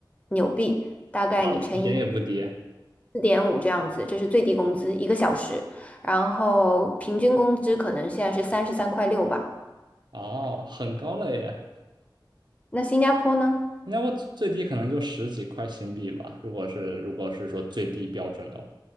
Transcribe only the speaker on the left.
纽币，大概你乘以。
四点五这样子，这是最低工资，一个小时。然后平均工资可能现在是三十三块六吧。
那新加坡呢？